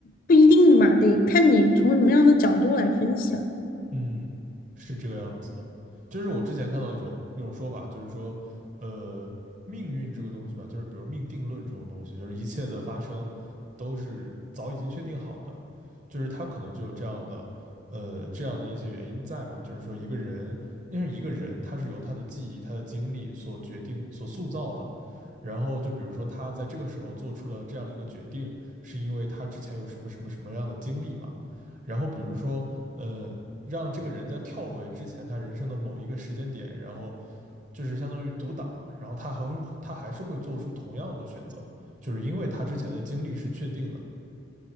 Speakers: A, on the left; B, on the right.
A: 不一定嘛，得看你从什么样的角度来分析了。
B: 嗯，是这个样子的。就是我之前看到一种一种说法，就是说，呃，命运这个东西吧，就是比如命定论这种东西，就是一切的发生都是早已经确定好的，就是它可能就有这样的，呃，这样的一些原因在嘛。就是说，一个人，因为一个人他是由他的记忆、他的经历所决定、所塑造的。然后就比如说他在这个时候做出了这样一个决定，是因为他之前有什么什么什么样的经历嘛。然后比如说，呃。让这个人在跳回之前他人生的某一个时间点，然后就是相当于读档，然后他还会他还是会做出同样的选择，就是因为他之前的经历是确定的，